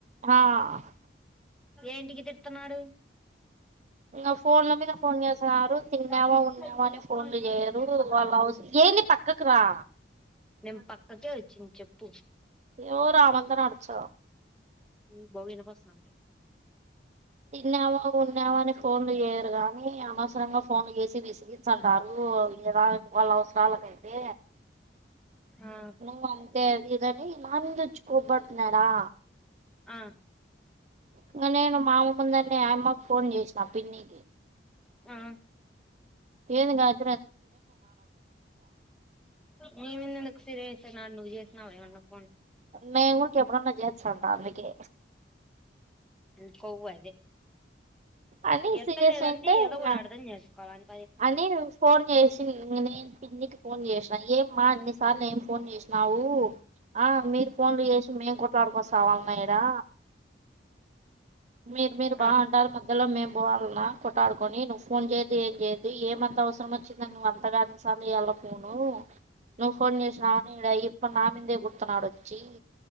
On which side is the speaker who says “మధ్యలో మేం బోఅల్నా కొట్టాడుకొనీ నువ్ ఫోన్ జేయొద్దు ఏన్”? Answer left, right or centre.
Right